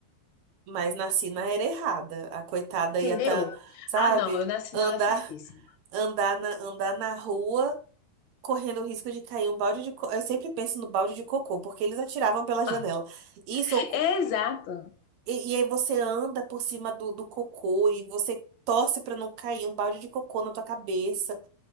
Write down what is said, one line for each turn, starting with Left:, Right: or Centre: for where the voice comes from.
Right: Mas nasci na era errada. A coitada
Left: entendeu?
Right: ia estar, sabe,
Left: Ah, não, eu nasci
Right: andar,
Left: na hora certíssima.
Right: andar na, andar na rua. Correndo o risco de cair um balde de. co- Eu sempre penso no balde de cocô, porque eles atiravam pela janela.
Left: <laughs>
Right: Isso
Left: Exato.
Right: E, e aí você anda por cima do, do cocô e você torce pra não cair um balde de cocô na tua cabeça.